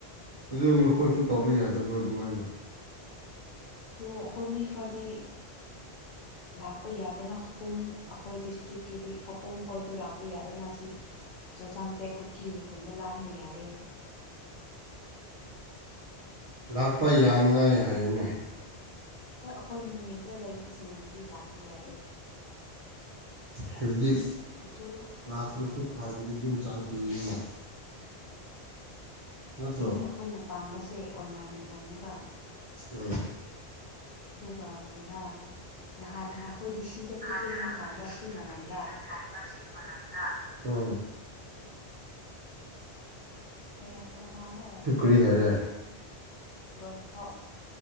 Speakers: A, on the right; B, on the left.
A: ꯑꯗꯨ ꯅꯈꯣꯏꯁꯨ ꯇꯧꯕ ꯌꯥꯗꯕ꯭ꯔꯣ ꯑꯗꯨꯃꯥꯏꯅ
B: ꯇꯣ ꯑꯈꯣꯏ ꯃꯤ ꯈꯔꯥ ꯏ ꯂꯥꯛꯄ ꯌꯥꯗꯦꯅ ꯄꯨꯝ ꯑꯈꯣꯏ ꯗꯤꯁꯇ꯭ꯔꯤꯛꯀꯤꯗꯤ ꯈꯧꯄꯨꯝ ꯈꯣꯏꯗꯣ ꯂꯥꯛꯄ ꯌꯥꯗꯦꯅ ꯖꯤꯛ ꯖꯥꯟꯇꯦꯛ ꯀꯨꯀꯤꯒ ꯈꯨꯟꯗꯨ ꯂꯥꯟ ꯌꯥ
A: ꯂꯥꯛꯄ ꯌꯥꯅꯤꯡꯉꯥꯏ ꯍꯥꯏꯌꯦꯅꯦ
B: ꯑꯩꯈꯣꯏ ꯅꯣꯅꯦꯗ ꯂꯩꯕ ꯆꯤꯡꯕꯨꯗꯤ ꯂꯥꯛꯄ ꯌꯥꯏꯌꯦ
A: ꯍꯧꯖꯤꯛ
B: ꯑꯗꯨ
A: ꯂꯥꯛꯀꯔꯁꯨ ꯊꯥꯕꯨꯗꯤ ꯑꯗꯨꯝ ꯆꯥꯟꯁ ꯄꯤꯒꯅꯤꯅ ꯅꯠꯇ꯭ꯔꯣ
B: ꯑꯗꯨꯅꯤ ꯑꯩꯈꯣꯏꯅ ꯄꯥꯝꯕꯁꯦ ꯑꯣꯟꯂꯥꯏꯟ ꯑꯦꯛꯖꯥꯝꯅꯦꯕ
A: ꯎꯝ
B: ꯑꯗꯨꯒ ꯀꯔꯤꯔꯥ ꯅꯍꯥ ꯅꯍꯥ ꯑꯩꯈꯣꯏꯗꯤ ꯁꯤꯗ ꯑꯦꯄ꯭ꯂꯤꯀꯦꯁꯟ
A: ꯑꯩꯈꯣꯏ
B: ꯊꯥꯏꯕ
A: ꯗꯤꯁꯤꯗ
B: ꯁꯤ ꯃꯔꯝꯗ
A: ꯑꯦꯄ꯭ꯂꯤꯀꯦꯁꯟ ꯊꯥꯏꯕ ꯁꯤ ꯃꯔꯝꯗ꯫ ꯎꯝ꯫
B: ꯑꯩꯅ ꯀꯃꯩ꯫ ꯀꯅꯥꯅꫭ꯫
A: ꯑꯗꯨ ꯀꯔꯤ ꯍꯥꯏꯔꯦ
B: ꯂꯣꯏꯗ꯭ꯔꯤ ꯐꯥꯎ